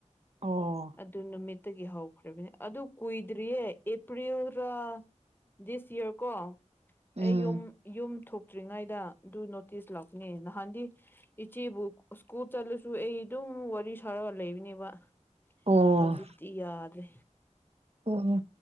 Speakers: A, on the right; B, on the left.
A: ꯑꯣ
B: ꯑꯗꯨ ꯅꯨꯃꯤꯠ ꯇꯒꯤ ꯍꯧꯈ꯭ꯔꯕꯅꯦ ꯑꯗꯨ ꯀꯨꯏꯗ꯭ꯔꯤꯌꯦ ꯑꯦꯄ꯭ꯔꯤꯜ ꯔ ꯗꯤꯁ ꯌꯌꯥꯔ ꯀꯣ
A: ꯎꯝ
B: ꯑꯩ ꯌꯨꯝ ꯌꯨꯝ ꯊꯣꯛꯇ꯭ꯔꯤꯉꯩꯗ ꯑꯗꯨ ꯅꯣꯇꯤꯁ ꯂꯥꯛꯀꯅꯦ ꯅꯍꯥꯟꯗꯤ ꯏꯆꯦꯕꯨ ꯏꯁ꯭ꯀꯨꯜ ꯆꯠꯂꯁꯨ ꯑꯩ ꯑꯗꯨꯝ ꯋꯥꯔꯤ ꯁꯥꯔꯒ ꯂꯩꯕꯅꯦꯕ
A: ꯑꯣ
B: ꯍꯧꯖꯤꯛꯇꯤ ꯌꯥꯗ꯭ꯔꯦ
A: ꯑꯣ ꯍꯣ